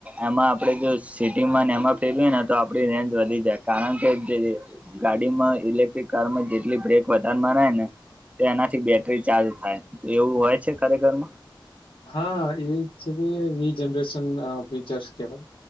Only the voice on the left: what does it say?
હા એજ છે કે વી જનરેશન ફુચર્સ કેવાય.